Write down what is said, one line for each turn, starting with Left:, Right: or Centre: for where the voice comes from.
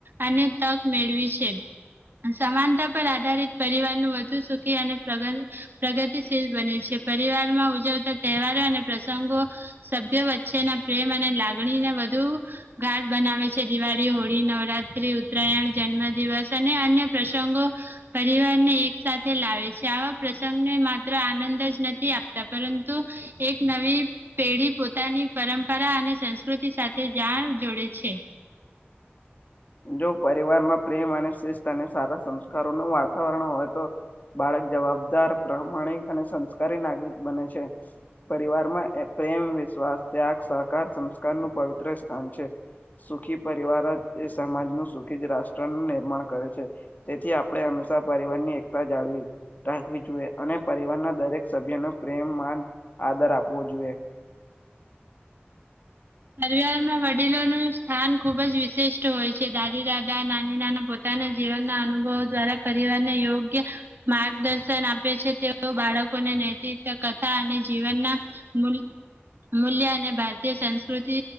Right: અને તક મેળવી છે. સમાનતા પર આધારિત પરિવાર નુ વધુ સુખી અને પ્રગ તી શીલ બને છે. પરિવાર માં ઉજવતા તહેવારો અને પ્રસંગો સભ્યો વચ્ચેના પ્રેમ અને લાગણીને વધુ ગાઢ બનાવે છે. દિવાળી, હોળી, નવરા ત્રી ઉત્તરાયણ, જન્મ દિવસ અને અન્ય પ્રસંગો પરિવારને એક સાથે લાવે છે. આવા પ્રસંગને માત્ર આનંદ જ નથી આપતા પરંતુ એક નવી પેઢી પોતાની પરંપરા અને સંસ્કૃતિ સાથે જાળ જોડે છે.
Left: જો પરિવારમાં પ્રેમ અને શિસ્ત અને સારા સંસ્કારોનું વાતાવરણ હોય તો બાળક જવાબદાર, પ્રમાણિક અને સંસ્કારી નાગરિક બને છે. પરિવારમાં પ્રેમ, વિશ્વાસ, ત્યાગ, સહકાર, સંસ્કારનું પવિત્ર સ્થાન છે. સુખી પરિવાર જ એ સમાજનું સુખી રાષ્ટ્ર નિર્માણ કરે છે. તેથી આપણે હંમેશા પરિવારની એકતા જાળવી રાખવી જોઈએ અને પરિવારના દરેક સભ્યને પ્રેમ, માન આદર આપવો જોઈએ.
Right: પરિવારમાં વડીલોનું સ્થાન ખુબ જ વિશિષ્ટ હોય છે. દાદી-દાદા, નાની-નાના પોતા ના જીવનના અનુભવો દ્વારા પરિવારને યોગ્ય માર્ગદર્શન આપે છે. તેઓ બાળકોને નૈતિક કથા અને જીવનના મૂલ્ મૂલ્ય અને ભારતીય સંસ્કૃતિ